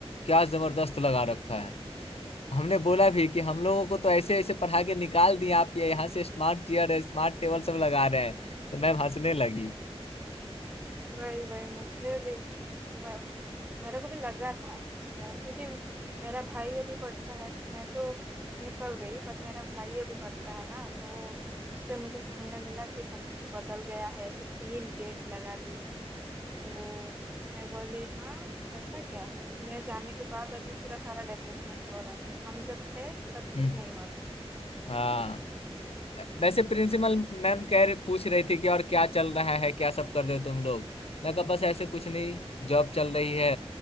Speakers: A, on the left; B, on the right.
A: क्या जबरदस्त लगा रखा है हमने बोला भी कि हम लोगों को तो ऐसे ऐसे पढ़ा के निकाल दिया आप ये यहाँ से स्मार्ट चेयर है स्मार्ट टेबल सब लगा रहे हैं तो मैम हंसने लगी
B: वही वही मुझे भी मैं मेरे को भी लगा था मैं, क्योंकि मेरा भाई अभी पढ़ता है मैं तो निकल गई पर मेरा भाई अभी पढ़ता है ना तो उससे मुझे सुनने मिला कि सब कुछ बदल गया है ऐसे तीन गेट लगा दिए हैं तो मैं बोली हाँ ऐसा क्या मैं जाने के बाद अभी पूरा सारा डेवलपमेंट हो रहा है हम जब थे तब कुछ
A: हम्म,
B: नहीं हुआ
A: हाँ
B: था
A: वैसे प्रिंसिपल मैम कह रहे पूछ रही थी कि और क्या चल रहा है क्या सब कर रहे हो तुम लोग मैं कहा बस ऐसे कुछ नहीं जॉब चल रही है